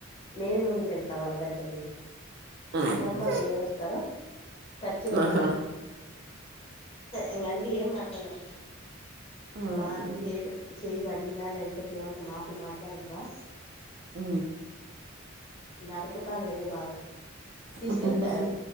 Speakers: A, on the left; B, on the right.
A: నేను ముందుకెల్ తా వాళ్ళ కంటే ముందు
B: హ్మ్.
A: రమ్మను ఎవరు వస్తారో టచ్చైమను
B: ఆహా
A: ఇంకా అంతే ఏం మాట్లాడను
B: హ్మ్.
A: మామింది ఎటు చై బడిందా లేకపోతే ఏమన్నా మాట్లు మాట్లాడినవా
B: అ
A: నరుకుతాను ఇది బాగా తీసుకెళ్తా
B: ఊహూ హూ హూ